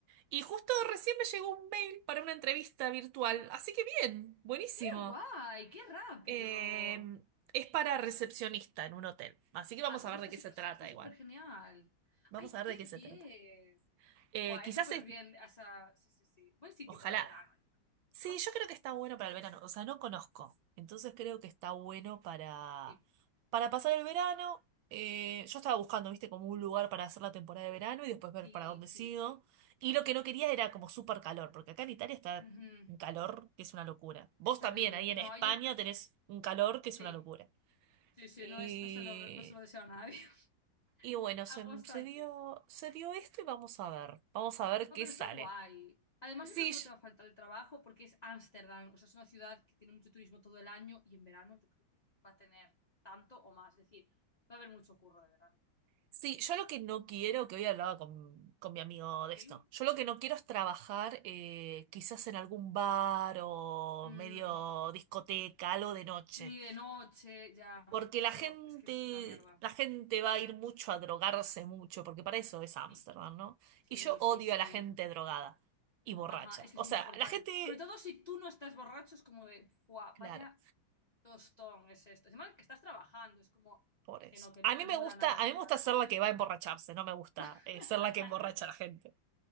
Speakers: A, on the right; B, on the left.
A: y justo recién me llegó un mail para una entrevista virtual. Así que bien, buenísimo.
B: ¡Qué guay! ¡Qué rápido!
A: Em, es para recepcionista en un hotel. Así que vamos
B: Ah, bueno,
A: a ver
B: está
A: de qué
B: súper,
A: se trata
B: está súper
A: igual.
B: genial.
A: Vamos
B: ¡Ay,
A: a ver
B: qué
A: de qué se
B: bien!
A: trata. Eh,
B: Buah,
A: quizás
B: es súper
A: es,
B: bien. O sea, sí, sí, sí. Buen sitio
A: ojalá.
B: para el verano, yo creo.
A: Sí,
B: Lo vas
A: yo
B: a pasar
A: creo que está
B: bien.
A: bueno para el verano. O sea, no conozco. Entonces creo que está bueno para,
B: Sí,
A: para pasar el verano. Eh, yo estaba buscando, viste, como un lugar para hacer la temporada de verano y después ver
B: sí,
A: para dónde
B: sí.
A: sigo. Y lo que no quería era como súper calor, porque acá en Italia está
B: Ujú.
A: un calor que es una locura. Vos
B: Es terrible.
A: también, ahí en
B: No,
A: España
B: yo...
A: tenés un calor que es
B: Sí,
A: una locura.
B: sí, sí,
A: Y,
B: no, es, no se lo, re- no se lo deseo a nadie. <laughs>
A: y bueno,
B: Agosto
A: se, se
B: aquí.
A: dio, se dio esto y vamos a ver. Vamos a ver
B: No,
A: qué
B: pero
A: sale.
B: está guay. Además,
A: Sí,
B: yo creo que no te va a faltar el trabajo porque es Ámsterdam. O sea, es una ciudad que tiene mucho turismo todo el año y en verano yo creo que va a tener tanto o más. Es decir, va a haber mucho curro de verano, yo creo.
A: Sí, yo lo
B: O
A: que no quiero, que hoy hablaba con, con mi amigo de esto,
B: ¿Sí?
A: yo lo que no quiero es trabajar eh, quizás en algún bar o
B: Mm,
A: medio discoteca, algo de noche,
B: ni de noche, ya.
A: porque
B: Eso
A: la gente,
B: es que es una mierda.
A: la gente va a ir mucho a drogarse mucho, porque para eso es Ámsterdam,
B: Sí,
A: ¿no?
B: sí,
A: Y yo
B: sí,
A: odio
B: sí.
A: a la gente drogada y borracha.
B: Ajá, es que
A: O
B: son
A: sea,
B: insoportables.
A: la gente,
B: Sobre todo si tú no estás borracho, es como de, ¡fua!
A: claro,
B: Vaya tostón es esto. Encima que estás trabajando, es como
A: por eso.
B: que no, que
A: A
B: no, que
A: mí
B: no
A: me
B: mola
A: gusta,
B: nada
A: a
B: tratar
A: mí me gusta ser
B: con
A: la que
B: borracho.
A: va a emborracharse, no me gusta
B: <laughs>
A: eh, ser la que emborracha a la gente.